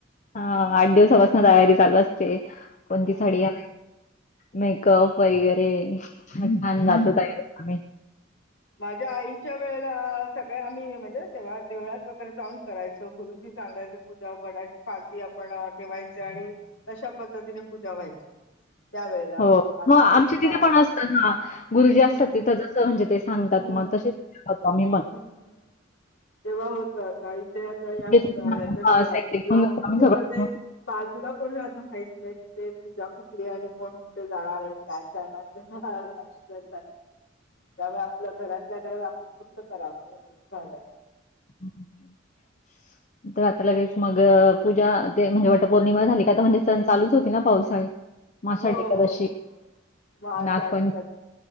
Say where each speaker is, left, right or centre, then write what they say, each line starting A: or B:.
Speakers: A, on the left; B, on the left.
A: हा आठ दिवसापासून तयारी चालू असते कोणती
B: हम्म.
A: साडीय मेकअप वगैरे ान
B: हम्म.
A: नाच जाल आ्ही
B: माझ्या आईच्या वेळेला सगळे आम्ही म्हणजे तेव्हा देवळात वगैरे जाऊन करायचो गुरुजी सांगाय पूजा वडाची फांलदी आपण ठेवायचे आणि अश्या पद्धतीने पूजा व्हायची त्यावेेळेला
A: हो
B: आता
A: मग आमच्या
B: ते हा
A: तिथे पण असत हा गुरुजी असतात
B: हम्म
A: तिथं जसं म्हणजे ते सांगतात
B: हम्म
A: मग तसेचतो मीण
B: हम्म. तेव्हा होत आता इथे आता या
A: तेच
B: ह्याच्या
A: हां, साहित्य घेऊन
B: ब्लॉक
A: जातो
B: सिस्टीम
A: आम्ही सगळं
B: मध्ये बाजूला कोणी आता माहित नाही कि ते पूजा कुठली आणि कोण कुठे जाणार आणि काय करणार ह अशी त्यामुळे आपल्या घरातल्या घरात आपलं कुर्त करावं झालं
A: हम् तर आता लगेच मग पूजा ते म्हणजे वटपौर्णिमा झाली का आता म्हणजे सण चालूच होती ना पावसाळी मग आषाढी
B: हो हो
A: एकादशी,
B: हो हो मग आषाढश
A: नागपंचमी